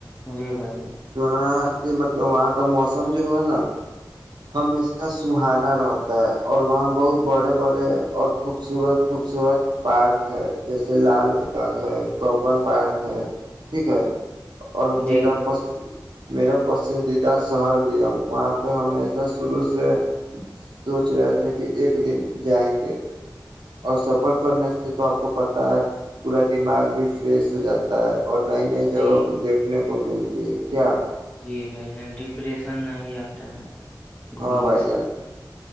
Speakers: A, on the left; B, on the right.
A: جی بھائی ج
B: سنا ہے کہ مطلب وہاں کا موسم جو ہو نا ہمیشہ سہانا رہتا اور وہاں بہت بڑے بڑے اور خوبصورت خوبصورت پارک ہے جیسے لال باغ ہے کبن پارک ہے ٹھیک ہے اور
A: جی
B: میرا پس میرا پسندیدہ شہر بھی ہے ہم وہاں پہ ہمیشہ شروع سے سوچ رہے تھے کہ ایک دن جائیں گے اور سفر کرنے سے تو آپ کو پتہ ہے پورا دماغ بھی فریش ہو جاتا ہے اور نئی نئی
A: جی
B: جگہ کو دیکھنے کو ملتی ہے کیا
A: جی بھائی جان ڈپریشن نہ ہی آتا ہے گھومنے
B: ہاں بھائی
A: سے
B: جان